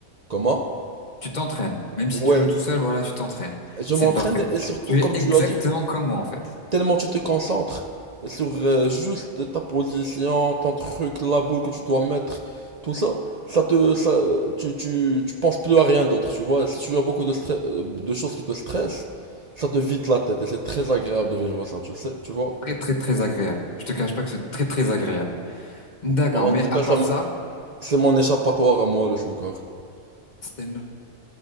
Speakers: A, on the right; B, on the left.
A: Comment?
B: Tu t'entraînes. Même si
A: Ouais,
B: tu joues tout seul, voilà, tu t'entraînes.
A: je
B: C'est
A: m'entraîne
B: parfait.
A: et surtout
B: Tu
A: comme
B: es exactement
A: tu as dit,
B: comme moi en fait.
A: Tellement tu te concentres sur euh, juste ta position, ton truc, la boule que tu dois mettre, tout ça, ça te, ça, tu, tu, tu penses plus à rien d'autre, tu vois. Et si tu as beaucoup de stress, euh, de choses qui te stressent, ça te vide la tête et c'est très agréable de vivre ça, tu sais, tu vois.
B: Très très très agréable. Je te cache pas que c'est très très agréable. D'accord,
A: Bah, en
B: mais
A: tout cas,
B: à part
A: ça me-
B: ça,
A: c'est mon échappatoire à moi, le snooker.
B: c'est Notre